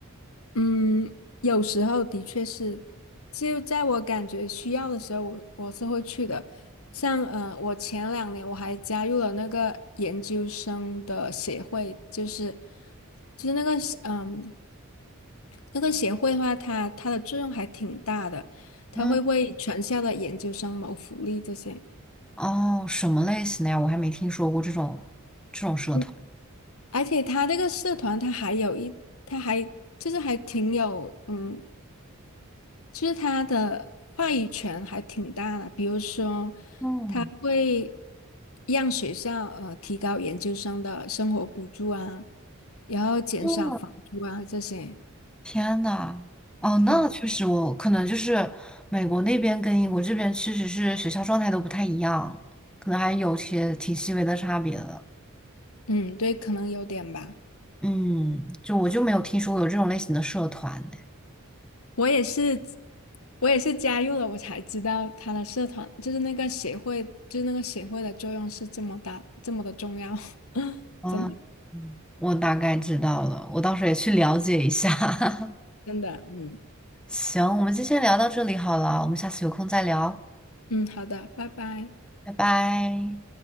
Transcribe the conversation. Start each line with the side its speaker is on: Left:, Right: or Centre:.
Left: 嗯，有时候的确是，就在我感觉需要的时候，我我是会去的。像呃，我前两年我还加入了那个研究生的协会，就是就是那个嗯那个协会的话，它它的作用还挺大的，它会为全校的研究生谋福利这些。
Centre: 嗯，哦，什么类型的呀？我还没听说过这种这种社团。
Left: 嗯而且它这个社团，它还有一，它还就是还挺有，嗯，其实他的话语权还挺大的，比如说，
Centre: 嗯，
Left: 他会让学校呃提高研究生的生活补助啊，然后减少房租啊这些。
Centre: 嗯，天呐，哦，那确实我，
Left: 嗯
Centre: 可能就是美国那边跟英国这边确实是学校状态都不太一样，可能还有些挺细微的差别的。
Left: 嗯，对，可能有点吧。
Centre: 嗯，就我就没有听说过有这种类型的社团呢。
Left: 我也是，我也是加入了，我才知道他的社团就是那个协会，就是那个协会的作用是这么大，这么的重要。<laughs>
Centre: 啊，
Left: 真的
Centre: 嗯我大概知道了，我到时候也去了解一下。<laughs>
Left: 真的，嗯
Centre: 行，我们就先聊到这里好了，我们下次有空再聊，
Left: 嗯，好的，拜拜。
Centre: 拜拜。